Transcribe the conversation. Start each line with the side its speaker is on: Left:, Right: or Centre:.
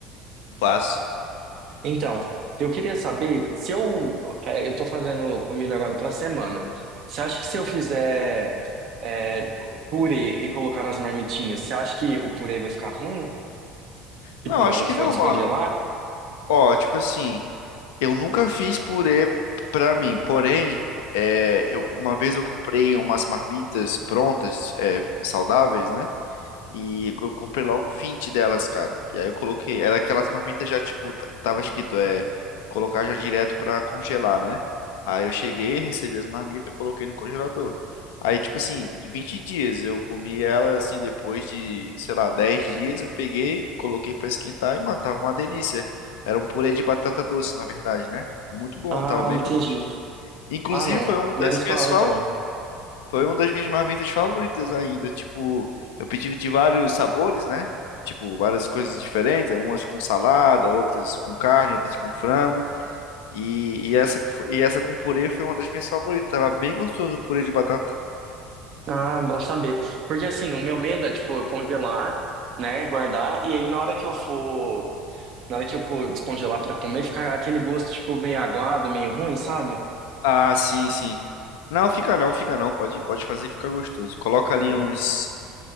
Left: passo.
Right: Então, eu queria saber se eu é, eu tô fazendo comida agora pra semana. Você acha que se eu fizer é, purê e colocar nas marmitinhas, você acha que o purê vai ficar ruim? Tipo,
Left: Não,
Right: na
Left: acho
Right: hora que
Left: que
Right: for
Left: não,
Right: descongelar?
Left: mano. Ó, tipo assim, eu nunca fiz purê pra mim, porém, é, eu, uma vez eu comprei umas marmitas prontas, é, saudáveis, né? E eu comprei logo 20 delas, cara. E aí eu coloquei. Era aquelas marmitas já, tipo, t- tava escrito, é. Colocar já direto pra congelar, né? Aí eu cheguei, recebi as marmitas, coloquei no congelador. Aí, tipo assim, de 20 dias eu comi ela, assim, depois de, sei lá, 10 dias eu peguei, coloquei pra esquentar e, mano, tava uma delícia. Era um purê de batata doce, na verdade, né? Muito bom,
Right: Ah,
Left: tava bem
Right: entendi.
Left: gostoso. Inclusive,
Right: Ah, não.
Left: foi uma
Right: Menos
Left: das minhas
Right: mal,
Left: fa-
Right: então.
Left: foi uma das minhas marmitas favoritas ainda. Tipo, eu pedi de vários sabores, né? Tipo, várias coisas diferentes, umas com salada, outras com carne, outras com frango. E, e essa, com- e essa com purê foi uma das minhas favoritas. Tava bem gostoso o purê de batata.
Right: Ah, bom saber. Porque assim, o meu medo é, tipo, eu congelar, né, guardar, e aí na hora que eu for, na hora que eu for descongelar pra comer, ficar aquele gosto, tipo, meio aguado, meio ruim, sabe?
Left: Ah, sim, sim. Não, fica não, fica não. Pode, pode fazer que fica gostoso. Coloca ali
Right: Hum.
Left: uns,